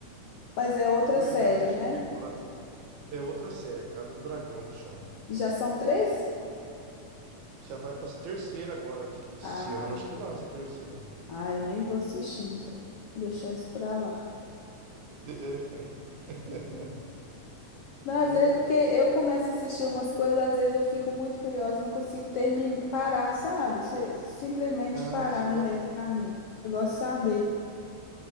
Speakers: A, on the left; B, on the right.
A: Mas é outra
B: vai
A: série,
B: dar a terceira
A: né?
B: temporada. É outra série, a Casa do Dragão que chama.
A: E já são três?
B: Já vai pra terceira agora, acho que esse
A: Ah,
B: ano acho que lança a terceira.
A: ah, eu nem vou assistir, então. Deixar isso pra lá.
B: De- é. <laughs>
A: Mas
B: É,
A: é porque eu começo a assistir umas coisas, às vezes eu fico muito curiosa, não consigo terminar, parar, sabe? Se- Simplesmente
B: ah,
A: parar
B: você
A: no
B: gosta...
A: meio do caminho. Eu gosto de saber.